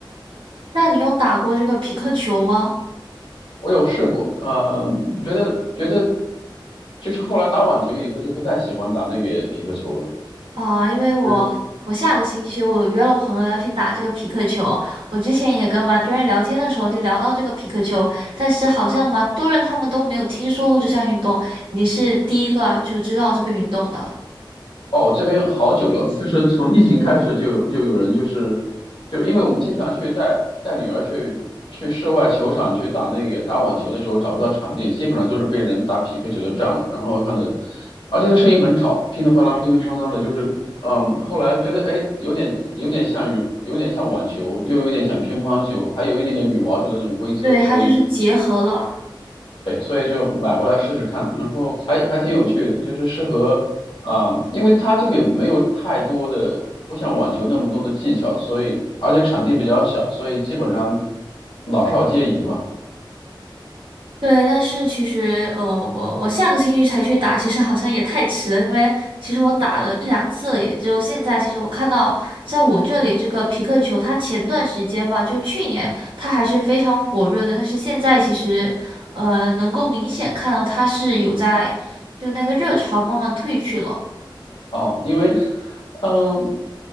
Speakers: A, on the right; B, on the left.
A: 那你有打过这个匹克球吗？
B: 我有试过，呃，觉得觉得就是后来打网球以后就不太喜欢打那个皮克球了，
A: 哦，因为我我下个星期我有约了朋友要去打这个皮克球，
B: 觉得。
A: 我之前也跟蛮多人聊天的时候就聊到这个皮克球，但是好像蛮多人他们都没有听说过这项运动，你是第一个就知道这个运动的，
B: 哦，这边好久了，就是从疫情开始就有就有人就是，就因为我们经常去带带女儿去去室外球场去打那个打网球的时候找不到场地，基本上都是被人打匹克球都占了，然后看的，而且这声音很吵，乒铃乓啷乒铃乓啷的，就是嗯，后来觉得哎有点有点像羽有点像网球，又有点像乒乓球，还有一点点羽毛球的这种规则，
A: 对，
B: 所以
A: 它就是结合了。
B: 对，所以就买过来试试看，然后还还挺有趣的，就是适合啊、因为它这个没有太多的，不像网球那么多的技巧，所以而且场地比较小，所以基本上老少皆宜吧。
A: 对，但是其实，呃，我我下个星期才去打，其实好像也太迟了，因为其实我打了一两次了，也就现在。其实我看到，在我这里这个匹克球，它前段时间吧，就去年它还是非常火热的，但是现在其实，呃，能够明显看到它是有在，就那个热潮慢慢退去了。
B: 哦，因为，嗯，